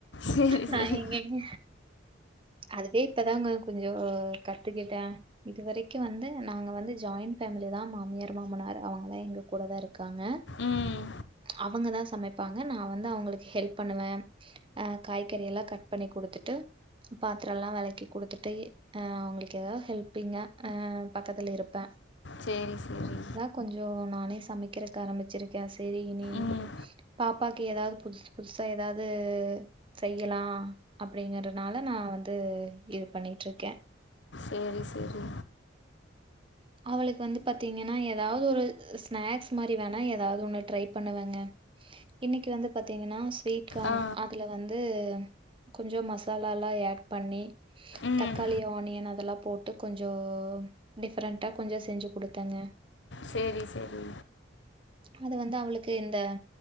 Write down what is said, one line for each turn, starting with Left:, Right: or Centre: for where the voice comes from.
Left: சரி
Right: நா
Left: சரி
Right: எங்கங்க அதுவே இப்பதாங்க கொஞ்சோ கத்துக்கிட்டே இது வரைக்கு வந்து நாங்க வந்து ஜாயின் பேமிலிதா மாமியார் மாமனார் அவுங்களா எங்க கூட தா இருக்காங்க
Left: ம்
Right: அவுங்க தா சமை பாங்க நா வந்து அவுங்களுக்கு ஹெல்ப் பண்ணுவே ஆ காய்கறியெல்லா கட் பண்ணி குடுத்துட்டு பாத்தரலா வெளக்கி குடுத்துட்டு அஹ் அவுங்களுக்கு ஏதாவது ஹெல்பிங்கா அஹ் பக்கத்துல இருப்பே
Left: சேரி சேரி
Right: கொஞ்சோ நானே சமைக்கிறதுகு ஆரம்பிச்சிருக்கே சேரி இனி
Left: ம்
Right: பாப்பாக்கு ஏதாவ்து புதுசு புதுஸ் சா எதாது செய்யலா அப்டிங்கிறனால நா வந்து இது பண்ணிட்ருக்கே
Left: சேரி சேரி
Right: அவளுக்கு வந்து பாத்தீங்கனா ஏதாவது ஒரு ஸ்நாக்ஸ் மாரி வேணா ஏதாவது ஒண்ணு ட்ரை பண்ணுவங்க இன்னைக்கு வந்து பாத்தீங்கனா ஸ்வீட் கான்
Left: ஆ
Right: அதுல வந்து கொஞ்சோ மசாலல்லா யட் பண்ணி
Left: ம்
Right: தக்காளி ஆனியன் அதெல்லா போட்டு கொஞ்சோ டிஃப் ப்ரெண்டா கொஞ்சோ செஞ்சு குடுத்தேங்க
Left: சேரி சேரி
Right: அது வந்து அவளுக்கு இந்த